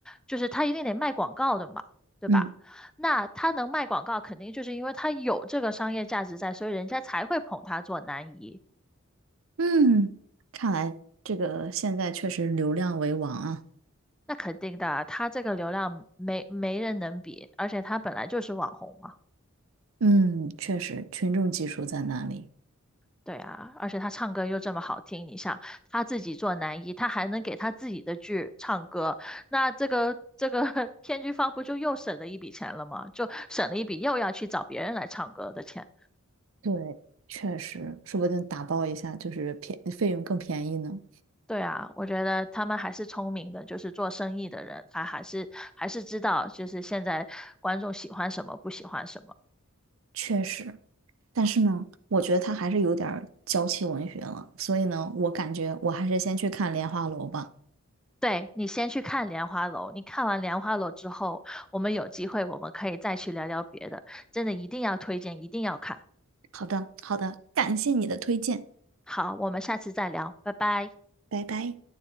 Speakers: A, in the centre; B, on the right.
A: 就是他一定得卖广告的嘛，对吧？
B: 嗯。
A: 那他能卖广告，肯定就是因为他有这个商业价值在，所以人家才会捧他做男一。
B: 嗯，看来这个现在确实流量为王啊。
A: 那肯定的，他这个流量没没人能比，而且他本来就是网红嘛。
B: 嗯，确实群众基础在那里。
A: 对啊，而且他唱歌又这么好听，你想他自己做男一，他还能给他自己的剧唱歌，那这个这个 <laughs> 编剧方不就又省了一笔钱了吗？就省了一笔又要去找别人来唱歌的钱。
B: 对，确实，说不定打包一下就是便费用更便宜呢。
A: 对啊，我觉得他们还是聪明的，就是做生意的人，他还是还是知道，就是现在观众喜欢什么，不喜欢什么。
B: 确实，但是呢，我觉得他还是有点儿娇妻文学了，所以呢，我感觉我还是先去看《莲花楼》吧。
A: 对，你先去看《莲花楼》，你看完《莲花楼》之后，我们有机会我们可以再去聊聊别的，真的一定要推荐，一定要看。
B: 好的，好的，感谢你的推荐，
A: 好，我们下次再聊，拜拜。
B: 拜拜。